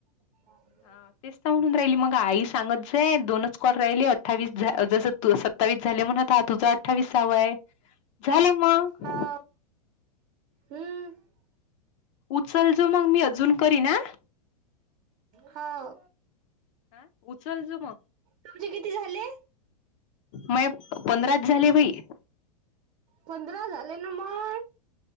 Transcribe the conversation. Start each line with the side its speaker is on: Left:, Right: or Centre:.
Right: <unintelligible>
Left: हा तेच त म्हणून राहिली मग, आई सांगत जाये दोनच कॉल राहिले. अ्ठ्ठावीस झ जसं तू सत्तावीस झाले म्हणत. हा तुझा अठ्ठावीसावा आहे. झाले मग
Right: हाव हम्म
Left: उचल जो मग मी अजून करीन आ.
Right: <inaudible> हाव
Left: हा, उचल जो मग
Right: तुमचे किती झाले?
Left: मये पंधराच झाले बाई.
Right: पंधरा झाले ना मग